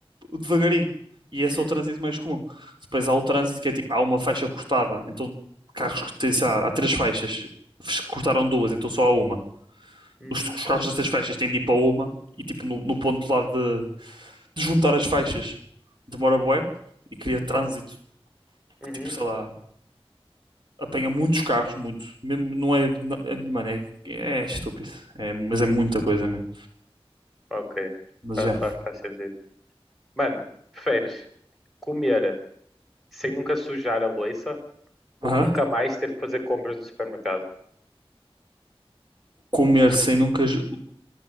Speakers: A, on the right (about 50°); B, in the centre.
A: devagarinho. E
B: Uhum,
A: esse é o trânsito mais comum. Depois há o trânsito que é tipo, há uma faixa cortada. Então, carros que têm, sei lá, há três faixas, Fes- cortaram duas, então só há uma.
B: uhum,
A: Os, os carros das três faixas têm de ir para uma e tipo, no, no ponto lá de, de juntar as faixas demora bué e cria trânsito
B: uhum,
A: que tipo, sei lá, apanha muitos carros, muito. Mesmo, não é, não- é- mano, é, é estúpido. É, mas
B: uhum.
A: é muita coisa mesmo.
B: Ok,
A: Mas
B: faz,
A: já.
B: faz, faz sentido. Mano, preferes comer sem nunca sujar a louça
A: Aham.
B: ou nunca mais ter que fazer compras no supermercado?
A: Comer sem nunca j-